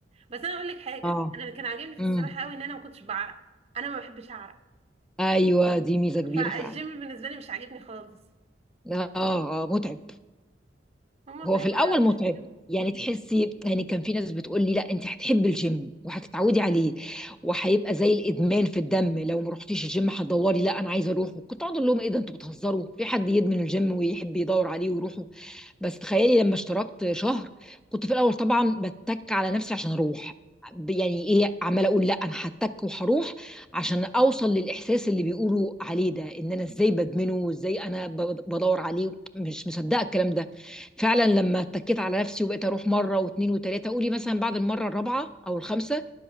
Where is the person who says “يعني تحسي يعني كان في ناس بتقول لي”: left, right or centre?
Centre